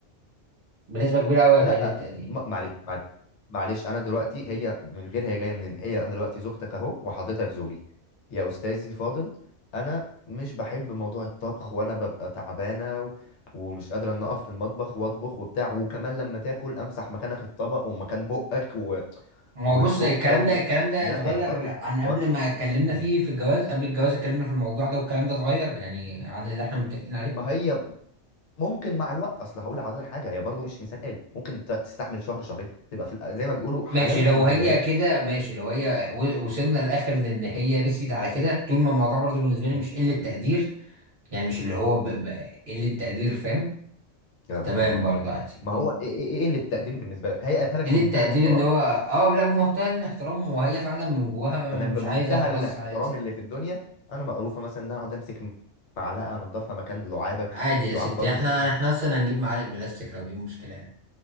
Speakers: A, on the right (about 50°); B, on the left (about 70°).
A: بنسبه كبيره قوي هيبقى
B: لا
A: قله تقدير
B: ما- معلش معلش معلش انا دلوقتي هي من غير هي جايه منين هي انا دلوقتي زوجتك اهو وحضرتك زوجي يا استاذي الفاضل انا مش بحب موضوع الطبخ وانا ببقى تعبانه و... ومش قادره ان اقف في المطبخ واطبخ وبتاع وكمان لما تاكل امسح مكانك الطبق ومكان بقك و...
A: ما
B: والشوكه
A: هو بص الكلام
B: و...
A: ده الكلام ده
B: لا
A: اتغير
B: يعني برضو
A: عن قبل
B: وان-
A: ما اتكلمنا
B: مم.
A: فيه في الجواز قبل الجواز اتكلمنا في الموضوع ده والكلام ده اتغير يعني عن اللي احنا متفقين عليه
B: ما هي ممكن مع الوقت اصل هقول لحضرتك حاجه هي برضو مش انسان آلي ممكن ت- تستحمل شهر شهرين تبقى في ال- زي ما بيقولوا حلاوه
A: ماشي لو
B: البدايات
A: هي كده ماشي لو هي و- وصلنا للاخر ان هي رسيت على كده طول ما الموضوع برضه بالنسبه لي
B: مم.
A: مش قله تقدير
B: مم.
A: يعني مش اللي هو ب- ب- قلة تقدير فاهم
B: اه
A: تمام
B: اه
A: برضه عادي
B: ما هو ايه ايه إيه اللي التقدير بالنسبه لك هي قتلك
A: قلة
B: بمنتهى
A: تقدير
B: الاحترام
A: ان هو اه لا بمنتهى الاحترام وهي فعلا من جواها
B: تمام
A: مش
B: بمنتهى
A: عايزة خلاص
B: الاحترام
A: عادي
B: اللي في الدنيا انا مقروفه مثلا ان انا اقعد امسك معلقه انضفها مكان لعابك
A: عادي يا
B: لعاب
A: ستي
B: برضو
A: احنا
B: شيء
A: احنا اصلا هنجيب معالق بلاستيك لو دي مشكلة يعني